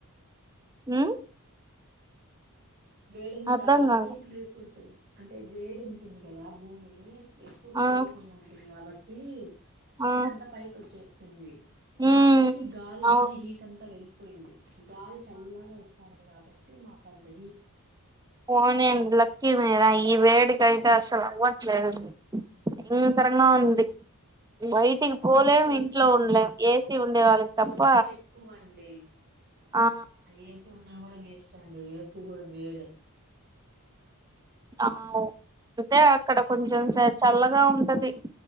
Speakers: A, on the right; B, on the right.
A: హమ్
B: వేడెంత
A: అర్ధం కాలే
B: పైకి లేపి ఉంటుంది. అంటే వేడి ఉంటుంది కదా భూమి ఎక్కువ తడవకుంట
A: ఆ
B: ఉంటాం కాబట్ హీట్
A: ఆ
B: అంత పైకు చేసింది మాకొచ్చి
A: ఉమ్
B: గాలిలోనే
A: అవును
B: హీట్ అంత వెళ్ పోయింది గాలి చల్లగా వస్తాంది కాబట్టి ట్టి మాకా అ
A: పోనీలేండి లక్కీ మీరాయి ఈ వేడికి కైతే అస్సలు అవ్వట్లేదు ఇంకరంగా ఉంది
B: మా
A: బయటికి పోలేము
B: మాకు చెట్లు
A: ఇంట్లో ఉండలేం ఏసీ ఉండే వాళ్ళకి
B: చెట్లు
A: తప్ప
B: ఎక్కువ అండి
A: ఆ
B: ఏసీ ఉన్నా కూడా వేస్ట్ అండి ఏసి కూడా వేడే
A: అ అంటె అక్కడ కొంచెం చల్లగా ఉంటది